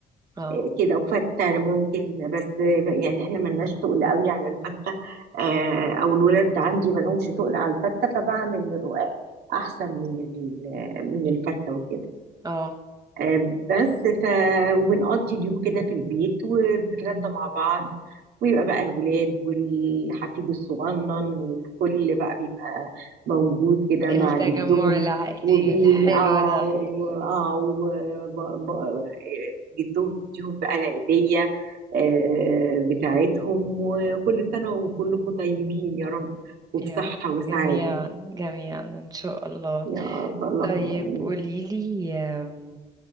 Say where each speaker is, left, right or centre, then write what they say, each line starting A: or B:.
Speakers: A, on the right (about 25°); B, on the right (about 80°).
A: اه
B: آه، كده وفتة ممكن بس آه، يعني احنا ملناش تقل قوي على الفتة آه، او الولاد عندي ملهمش تقل على الفتة فبعمل الرقاق احسن من ال- من الفتة وكده
A: اه
B: آه، بس ف وبنقضي اليوم كده في البيت وبنتغدى مع بعض ويبقى بقى الولاد والحفيد الصغنن والكل بقى بيبقى موجود كده
A: التجمع
B: مع جدهم
A: العائلي
B: وبي
A: الحلو
B: اه
A: ده
B: و- آه، وب- ب- ب- جدهم يديهم بقى العيدية آه، بتاعتهم وكل سنة وكلكم طيبين يا رب وبصحة
A: يا رب
B: وسعادة
A: جميعا جميعا إن شاء الله
B: يا رب اللهم
A: طيب
B: آمين
A: قوليلي أم،